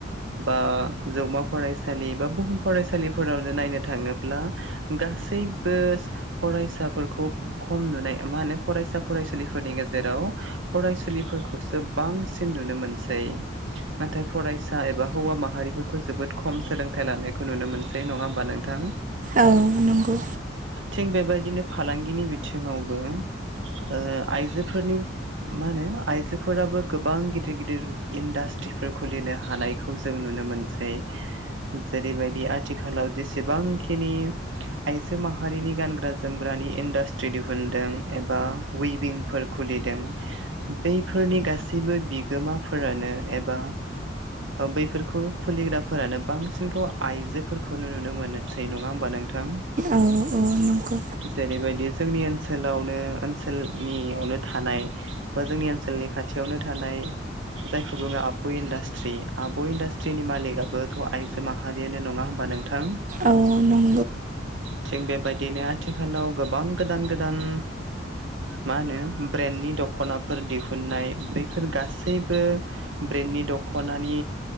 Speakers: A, on the right; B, on the right.
A: बा जौमा फरायसालि बा बुहुम फरायसालिफोरावनो नायनो थाङोब्ला गासैबो फरायसाफोरखौ खम नुनाय मा होनो फरायसा फरायसुलिफोरनि गेजेराव फरायसुलिफोरखौसो बांसिन नुनो मोनसै। नाथाय फरायसा एबा हौवा माहारिफोरखौ जोबोद खम सोलोंथाइ लानायखौ नुनो मोनसै नङा होमबा नोंथां?
B: औ नंगौ।
A: थिग बेबायदिनो फालांगिनि बिथिङावबो ओ आइजोफोरनि मा होनो आइजोफोराबो गोबां गिदिर गिदिर इन्डास्ट्रिफोर खुलिनो हानाय खौ जों नुनो मोनसै। जेरैबायदि आथिखालाव जेसेबांखिनि आइजो माहारिनि गानग्रा जोमग्रानि इन्डास्ट्रि दिहुनदों एबा ऊइभिंफोर खुलिदों बैफोरनि गासैबो बिगोमाफोरानो एबा बैफोरखौ खुलिग्राफोरानो बांसिनखौ आइजोफोरखौनो नुनो मोनसै नङा होमबा नोंथां?
B: औ औ नंखौ।
A: जेरैबायदि जोंनि ओनसोलावनो ओनसोलनियावनो थानाय बा जोंनि ओनसोलनि खाथियावनो थानाय जायखौ बुङो आब' इन्डासट्रि आब' इन्डासट्रिनि मालिकआथ' आइजो माहा हारियानो नङा होमबा नोंथां?
B: औ नं
A: थिग बेबायदिनो आथिखालाव गोबां गोदान गोदान मा होनो ब्रेन्डनि दख'नाफोर दिहुननाय बैफोर गासैबो ब्रेन्डनि दख'नानि